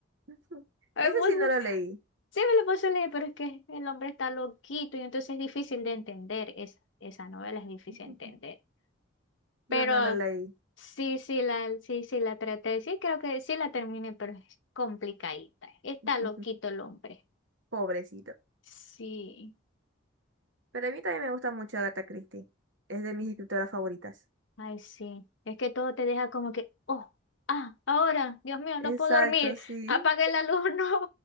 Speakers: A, on the right; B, on the left.
A: <laughs>
B: Me
A: Ese
B: puse-
A: sí no lo leí.
B: sí, me lo puse a leer, pero es que el hombre está loquito y entonces es difícil de entender. Es, esa novela es difícil
A: <laughs>
B: de entender.
A: Yo
B: Pero
A: no lo leí.
B: sí, sí la, sí, sí la traté. Sí, creo que sí la terminé, pero es complicadita. Está
A: <laughs>
B: loquito el hombre.
A: Pobrecito.
B: Sí,
A: Pero a mí también me gusta mucho Agatha Christie. Es de mis escritoras favoritas.
B: ay, sí. Es que todo te deja como que, oh, ah, ahora, Dios mío,
A: Exacto,
B: no puedo dormir.
A: sí.
B: Apaguen la luz, <laughs> no.